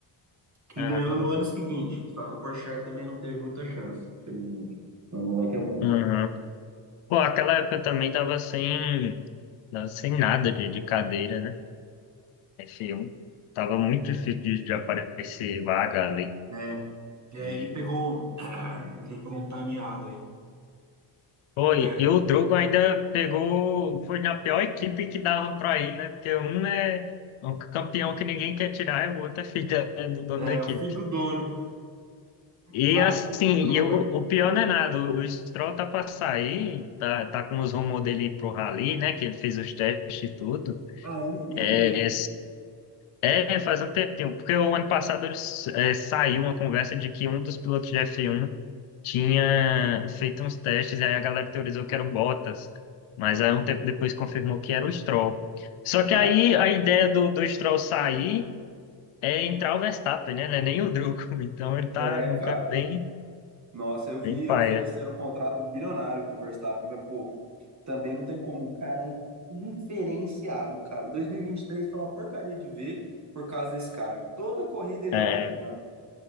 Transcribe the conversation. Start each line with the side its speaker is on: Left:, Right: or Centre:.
Right: que
Left: Ah,
Right: ganhou
Left: no...
Right: no ano seguinte. Só que o Porsche também não teve muita chance, felizmente. Então, o moleque é bom.
Left: Aham. Pô, aquela época também tava sem, tava sem nada de, de cadeira, né? Esse um tava muito difícil de, de aparecer vaga ali.
Right: É, é,
Left: E,
Right: ele pegou, <clears throat> ele pegou um time errado aí.
Left: pô, e
Right: É,
Left: e o Drogo ainda pegou, foi na pior equipe que dava pra ir, né? Porque um é um campeão que ninguém quer tirar e o outro é filho da- do dono
Right: é,
Left: da equipe.
Right: o filho do dono.
Left: E
Right: Cara,
Left: assim,
Right: esse troll
Left: e o, o pior não é nada, o o Stroll tá pra sair, tá, tá com os rumores dele ir pro Rally, né? Que ele fez os testes e tudo.
Right: Ah, eu nem, nem
Left: É,
Right: vi.
Left: É, faz um tempinho, porque o ano passado eles é, saiu uma conversa de que um dos pilotos de F1 tinha feito uns testes, e aí a galera teorizou que eram Bottas, mas aí um tempo depois confirmou que era o Stroll. Só que
Right: Ah,
Left: aí
Right: é,
Left: a ideia do, do Stroll sair é entrar o Verstappen, né? Não é nem o Drugo, <laughs> então ele tá
Right: É,
Left: num
Right: cara.
Left: canto bem,
Right: Nossa, eu vi,
Left: bem paia.
Right: ofereceram o contrato bilionário pro Verstappen, mas, pô, também não tem como. O cara é diferenciado, cara. 2023 foi uma porcaria de ver por causa desse cara. Toda corrida ele
Left: É,
Right: lá ganhava.